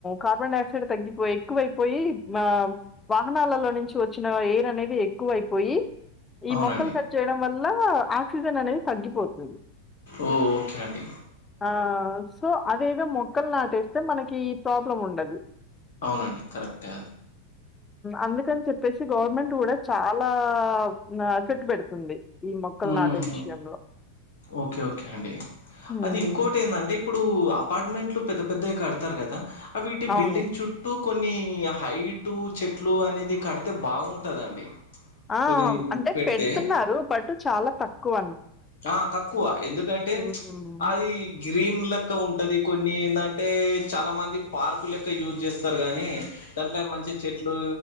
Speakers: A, on the left; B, on the left.
A: కార్బన్ డై ఆక్సైడ్ తగ్గిపో ఎక్కువైపోయి ఆ వాహనాలలో నుంచి వచ్చ వచ్చిన ఎయిర్ అనేది ఎక్కువ అయిపోయి ఈ
B: అవునండి.
A: మొక్కలు కట్ చేయడం వల్ల ఆక్సిజన్ అనేది తగ్గిపోతుంది
B: ఓహ్! ఓకే అండి.
A: ఆ సో అదేదో మొక్కలు నాటేస్తే మనకి ప్రాబ్లం ఉండదు
B: అవునండి కరెక్టే అది
A: అందుకని చెప్పేసి గవర్నమెంట్ కూడా చాలా ఇంగా చెట్టు పెడుతుంది ఈ మొక్కలు
B: హుహు.
A: నాటే విషయంలో
B: ఓకే ఓకే అండి
A: హ్మ్.
B: అది ఇంకోటి ఏందిఅంటే ఇప్పుడు అపార్ట్మెంట్ లో పతి పెద్దవి కడతారు కదా అ వీటి
A: అవును.
B: బిల్డింగ్ చుట్టూ కొన్ని హైట్ చెట్లు అనేది కడితే బాగుంటదండి
A: ఆ
B: కొన్ని
A: అంటే
B: పెడితే
A: పెడుతున్నారు బట్ చాలా తక్కువ
B: ఆ తక్కువ ఎందుకంటే
A: హ్మ్.
B: అది గ్రీన్ లెక్క ఉంటాది కొన్ని ఏందంటే చాలా మంది పార్కు లెక్క యూజ్ చేస్తారు గానీ దాంట్లో మంచిగా చెట్లు